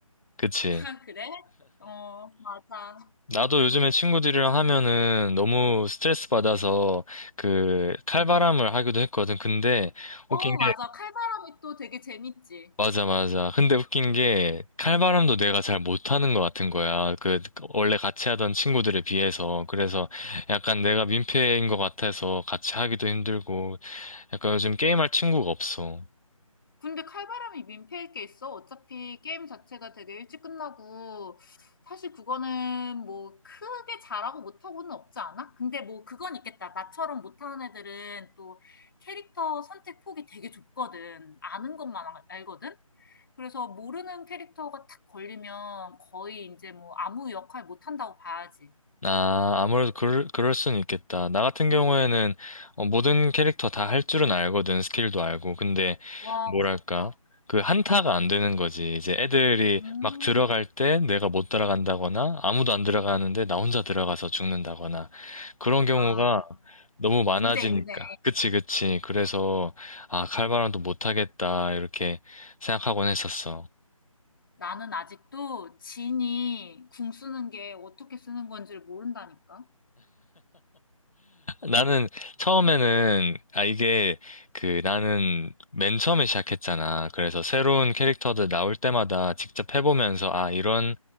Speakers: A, on the left (about 70°); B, on the left (about 40°).
A: 그치?
B: 아 그래? 어 맞아.
A: 나도 요즘에 친구들이랑 하면은 너무 스트레스 받아서 그 칼바람을 하기도 했거든. 근데
B: 어
A: 웃긴 게
B: 맞아. 칼바람이 또 되게 재밌지.
A: 맞아 맞아. 근데 웃긴 게 칼바람도 내가 잘 못하는 것 같은 거야. 그 원래 같이 하던 친구들에 비해서 그래서 약간 내가 민폐인 것 같아서 같이 하기도 힘들고 약간 요즘 게임할 친구가 없어.
B: 근데 칼바람이 민폐일 게 있어? 어차피 게임 자체가 되게 일찍 끝나고 사실 그거는 뭐 크게 잘하고 못하고는 없지 않아? 근데 뭐 그건 있겠다. 나처럼 못하는 애들은 또 캐릭터 선택 폭이 되게 좁거든. 아는 것만 알- 알거든? 그래서 모르는 캐릭터가 탁 걸리면 거의 이제 뭐 아무 역할 못한다고 봐야지.
A: 아, 아무래도 그럴, 그럴 수는 있겠다. 나 같은 경우에는 어, 모든 캐릭터 다 할 줄은 알거든, 스킬도 알고. 근데,
B: 와,
A: 뭐랄까,
B: 부럽다.
A: 그 한타가 안 되는 거지. 이제 애들이
B: 음.
A: 막 들어갈 때 내가 못 따라간다거나, 아무도 안 들어가는데 나 혼자 들어가서 죽는다거나, 그런 경우가
B: 아,
A: 너무 많아지니까.
B: 문제 있네.
A: 그치, 그치. 그래서, 아, 칼바람도 못하겠다, 이렇게 생각하곤 했었어.
B: 나는 아직도 진이 궁 쓰는 게 어떻게 쓰는 건지를 모른다니까.
A: 나는 처음에는 아 이게 그 나는 맨 처음에 시작했잖아. 그래서 새로운 캐릭터들 나올 때마다 직접 해보면서 아 이런